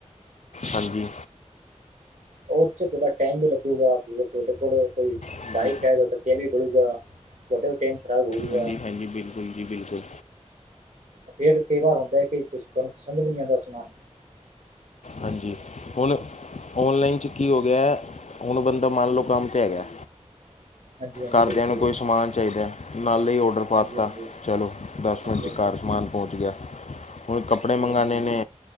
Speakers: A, on the left (about 65°); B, on the right (about 85°).
A: ਹਾਂਜੀ।
B: ਉਹਥੇ ਥੋੜਾ ਟਾਈਮ ਵੀ ਲੱਗੂਗਾ, ਤੁਹਾਡੇ ਕੋਲ ਕੋਈ
A: ਹਾਂਜੀ
B: ਬਾਈਕ ਹੈਗਾ, ਤਾਂ ਤੇਲ ਵੀ ਪਾਓਗਾ। ਤੁਹਾਡਾ ਵੀ ਟਾਈਮ ਖਰਾਬ ਹੋਊਗਾ।
A: ਹਾਂਜੀ ਹਾਂਜੀ, ਬਿਲਕੁਲ ਜੀ, ਬਿਲਕੁਲ।
B: ਫੇਰ ਕਈ ਵਾਰ ਹੁੰਦਾ ਹੈ, ਕਿ ਤੁਹਾਨੂੰ ਪਸੰਦ ਵੀ ਨਹੀਂ ਆਉਂ ਸਮਾਨ।
A: ਹਾਂਜੀ। ਹੁਣ, ਔਨਲਾਈਨ 'ਚ ਕੀ ਹੋ ਗਿਆ। ਹੁਣ ਬੰਦਾ ਮੰਨ ਲਉ ਕੰਮ ਤਾਂ ਹੈਗਾ।
B: <inaudible>
A: ਘਰਦਿਆਂ
B: ਬਿਲਕੁਲ
A: ਨੂੰ ਕੋਈ ਸਮਾਨ ਚਾਹੀਦਾ ਐ। ਨਾਲੇ ਔਡਰ ਪਾਤਾ
B: ਹਾਂਜੀ ਹਾਂਜੀ
A: ਚਲੋਂ, ਦਸ
B: ਹਾਂਜੀ
A: ਮਿੰਟ 'ਚ
B: ਹਾਂਜੀ
A: ਕਾਰ ਸਮਾਨ ਪਹੁੰਚ ਗਿਆ। ਹੁਣ ਕੱਪੜੇ
B: ਹਾਂਜੀ-ਹਾਂਜੀ,
A: ਮੰਗਾਉਣੇ ਨੇ